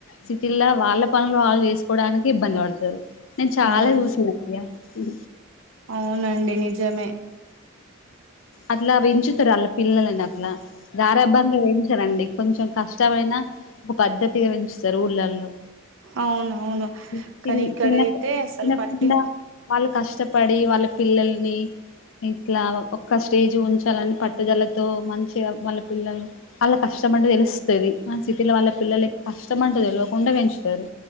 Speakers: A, on the left; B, on the right.
A: సిట్ టిల్లా వాళ్ళ పనులు వాళ్ళు చేసుకోవడానికి ఇబ్బంది పడతారు నేను చాలా
B: అవును
A: చూసిన అయ్యా ఉ
B: అవునండి నిజమే
A: అట్లా పెంచుతారు వాళ్ళ పిల్లలని అట్లా దారాభంగా వేయించరండి కొంచెం కష్టమైన ఒక పద్ధతిగా పెంచుతారు ఊళ్ళల్లో
B: అవునవును
A: తిన్
B: కానీ ఇక్కడైతే
A: తిన్ తిన్కా
B: అసలు
A: తినకుండా
B: పట్టించు
A: వాళ్ల కష్టపడి వాళ్ళ పిల్లల్ని ఇట్లా ఒక అప్ ఒక స్టేజ్ ఉంచాలని పట్టుదలతో మంచిగా వాళ్ళ పిల్లలు వాళ్ళ కష్టం అంటే తెలుస్తాది మన సిటీలో వాళ్ళ పిల్లల కి కష్టమంటే తెలవకుండా పెంచుతారు